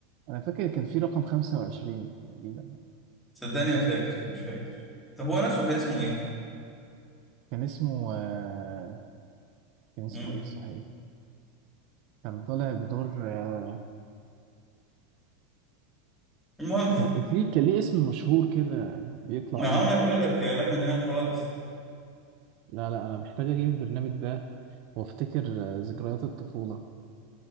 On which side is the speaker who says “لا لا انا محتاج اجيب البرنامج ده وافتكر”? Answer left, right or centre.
Right